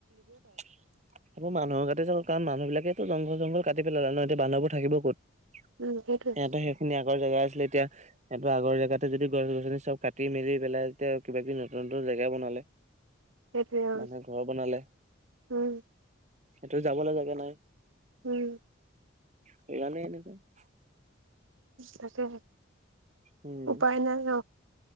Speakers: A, on the right; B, on the right.
A: <inaudible> মানুহৰ গাতে <unintelligible> কাৰণ মানুহবিলাকেতো জংঘল- জংঘল কাটি পেলালে ন, এতিয়া বান্দৰবোৰ থাকিব ক'ত? সিহঁতৰ
B: উম, সেইটোৱে
A: সেইখিনি আগৰ জেগা আছিলে, এতিয়া সিহঁতৰ আগৰ জগাতে যদি গছ-গছনি চব কাটি মেলি পেলাই, তেতিয়া কিবা-কিবি নতুন-নতুন জেগা বনালে <inaudible>
B: সেইটোৱে, অ।
A: মানুহে ঘৰ বনালে।
B: উম,
A: সিহঁতৰ যাবলৈ জেগা নাই।
B: উম।
A: সেইকাৰণে, এনেকুৱা।
B: তাকে,
A: উম
B: উপায় নাই ন।